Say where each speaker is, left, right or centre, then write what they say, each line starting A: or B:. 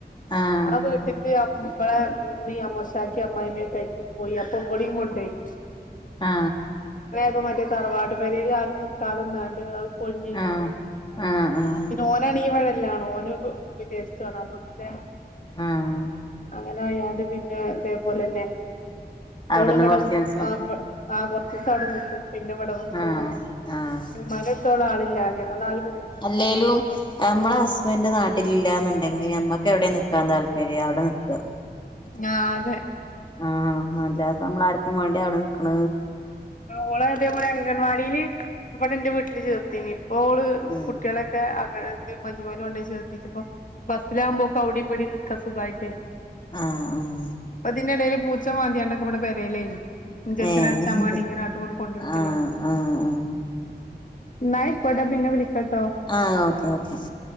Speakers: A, on the left; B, on the left.
A: ആഹ്
B: ആ വീട്ട്ക്ക് അമ് ഇവളമ്മീ അമ്മോശാക്കി അമ്മ്മായിമ്മ ക്കെ അയ്ക്പോയി അപ്പൊ ഇവളീംകൊണ്ടണ്ടേയ്
A: ആ
B: ഇപ്പ മറ്റേ തറവാട് പരേൽ ആരും നിക്കതന്നാണ്ട് അത്പ പൊളിഞ്ഞ്ഞ്
A: ആഹ് ആഹ് ആഹ്
B: പിന്നെ ഓനാണ് ഇവടെ ല്ലാണ് ഓന് വിദേശത്തത്താണ് അപ്പ പിന്നെ
A: ആഹ്
B: അങ്ങനെയായാല്‌പിന്നെ ഇതേപോലെന്നെ
A: <unintelligible>
B: ഓള്‌വടെ
A: കൊറച്ചീസം
B: ആപ് ആ കൊറച്ചീസവടെ നിക്കും പിന്നെവിടെ നിക്കും
A: ആഹ്
B: അങ്ങ
A: ആഹ്
B: മരത്തോളളില്ലഞ് ഞങ്ങള്ന്നാല്
A: അല്ലേലും നമ്മളഹസ്ബൻറ് നാട്ടിലില്ലന്നുണ്ടെങ്കിൽ ഞമ്മക്ക് എവിടെ നിക്കാൻ താല്പര്യം അവടെ നിക്ക
B: ഞ്ഞാ അതെ
A: ആഹ് ആ അല്ല അപ്പ നമ്മള ആർക്കും വേണ്ടി അവിടെ നിക്കണ
B: ഓളെ അതേപോലെ അംഗൻവാടീല്ഇവടെ ന്റെ വീട്ടില് ചേർത്തീന് ഇപ്പോള്
A: ഉം
B: കു ട്ട്യാളൊക്കെ അ ത് മജിമല് കൊണ്ടെയിചേർത്തിട്ട്പ്പൊ ബസ്സിലാവുമ്പോക്കെവിടിം ഇവടിം നിക്കാ സുഖമായിട്ടെയ്
A: ആ ആ
B: അതിനിടയിൽ പൂച്ച മാന്തിയാണ്ടൊക്കെ ഇവിടെപെരെയിലെന്നു ജച്ചന്
A: ഏഹ്
B: അട്ച്ചാ വേണ്ടി ഇങ്ങനെ ആട്ടുങ്ങോട്ട് കൊണ്ടുടക്കല്
A: ആഹ് ആഹ് ആഹ്
B: ഇന്ന അയികൊട്ടെ പിന്നെ വിലിക്കാ
A: ആ ഓക്കേ ഓക്കെ